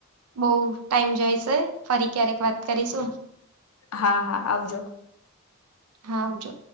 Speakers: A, on the right; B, on the left.
A: બઉ ટાઈમ જઈશે ફરી ક્યારેક વાત કરીશું
B: હા હા આવજો
A: હા આવજો